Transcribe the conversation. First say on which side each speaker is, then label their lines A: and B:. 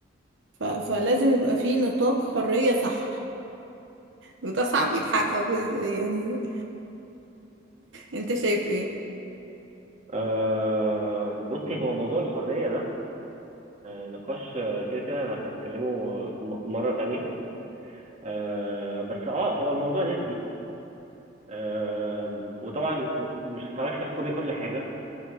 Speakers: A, on the right; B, on the right.
A: ف... فلازم يبقى في نطاق حرية صح وده صعب يتحقق يعني انت شايف ايه
B: آه، بصي هو موضوع الحرية ده آه، نقاش آه، كده كده هنتكلمه آه، في م- مرة تانية آه، بس اه هو الموضوع نسبي آم، وطبعا م- مش هتعرفي تحكمي كل حاجه